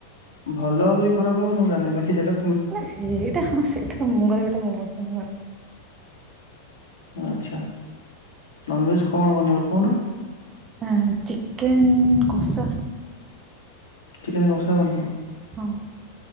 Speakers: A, on the left (about 65°); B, on the right (about 25°).
A: ଭଲ ହବ କି ଖରାପ ହବ ମୁଁ ଜାଣିନେଇ ବାକି ସେଟା
B: ନାଁ ସେଇଟା ହଁ ସେଇଟା ତ ମୁଁ କରିବାଟା ମୋ ପକ୍ଷେ ନୂଆ।
A: ଆଚ୍ଛା ନନଭେଜ୍ କଣ ବନେଇବ କୋହୁନ?
B: ଆଁ ଚିକେନ୍ କଷା।
A: ଚିକେନ୍ କଷା ବନେଇବ।
B: ହଁ।